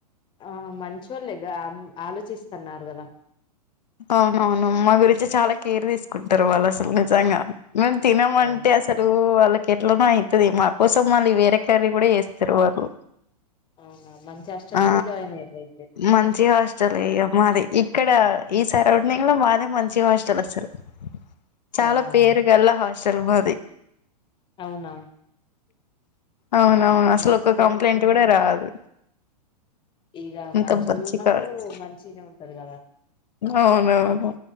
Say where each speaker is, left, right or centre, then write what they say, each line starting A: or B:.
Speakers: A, on the left; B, on the left.
A: ఆ మంచోళ్లే గా ఆలోచిస్తున్నారు కదా
B: అవునవును మా గురించి చాలా కేర్ తీసుకుంటారు వాళ్ళు అసలు నిజంగా మేము తినమంటే
A: అవునా
B: అసలు వాళ్ళ ఎట్లనో అయితది మా కోసం మళ్ళీ వేరే కర్రీ కూడా చేస్తారు వాళ్ళు
A: అవునా మంచి హాస్టల్లోనే
B: హ
A: జాయిన్ అయ్యిర్రు అయితే
B: మంచి హాస్టల్ లే ఇగా మాది ఇ ఇక్కడ ఈ సరౌండింగ్ లో మాదే మంచి హాస్టల్ అసలు చాలా
A: అవునా
B: పేరు గల్లా హాస్టల్ మాది
A: అవునా
B: అవునవును అసలు
A: మంచి
B: ఒక కంప్లైంట్ కూడా రాదు
A: ఇక
B: అంత
A: మంచిోళ్ళు
B: మంచి
A: ఉన్నప్పుడు
B: కాలేజ్
A: మంచినే ఉంటది కదా
B: అవునవును